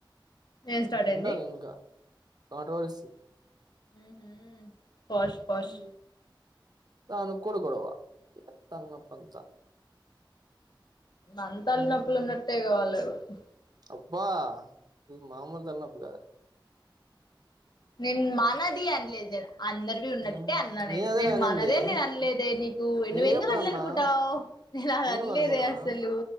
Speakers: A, on the left; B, on the right.
A: ఏం స్టార్ట్ అయింది
B: ఉండాలి ఇంకా కాంటవలిసి
A: ఉ హు ఫష్ ఫష్
B: హ్మ్. దానికి కూడా గొడవ అత్త ఉందని చెప్పి
A: అంతా
B: హ్మ్.
A: తల నొప్పి ఉన్నట్టే ఇంకా వాళ్ళు ఉంటే
B: అబ్బా ఇది మామూలు తలనొప్పి కాదు
A: నిను మనది అనలేదు అందరివి ఉన్నట్టే
B: హ్మ్.
A: అన్నా నేను
B: అదేగా
A: నేను
B: అనింది.
A: మనదే నేను అనలేదే నీకు
B: నేనెప్పుడన్నా
A: నువ్వు ఎందుకు అట్ల అనుకుంటావు నేను అది
B: నేనెప్పుడు
A: అనలేదే
B: అనుకున్నా
A: అసలు